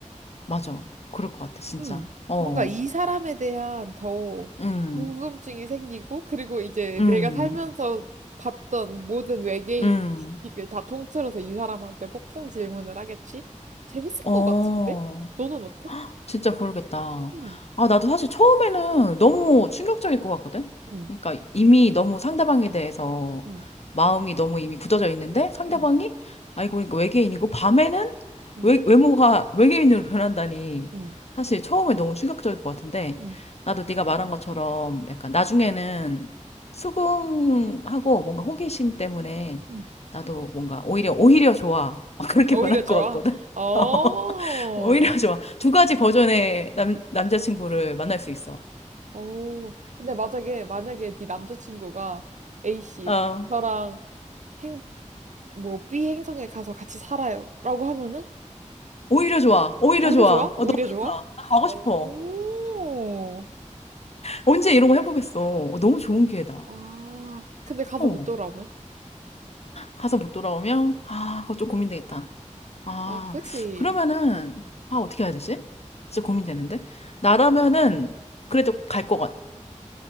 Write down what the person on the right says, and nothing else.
음.
뭔가 이 사람에 대한 더
궁금증이 생기고 그리고 이제
내가 살면서 봤던 모든 외계인
지식을 다 통틀어서 이 사람한테 폭풍 질문을 하겠지? 재밌을
것 같은데? 너는 어때?
음,
음,
음,
음,
음,
음,
음,
음.
오히려
좋아?
어,
오. 근데 만약에, 만약에 네 남자친구가 A씨,
저랑 행, 뭐 B 행성에 가서 같이 살아요. 라고 하면은?
오히려
좋아? 오히려
좋아?
오,
아, 근데 가서
못 돌아오면?
아, 그치.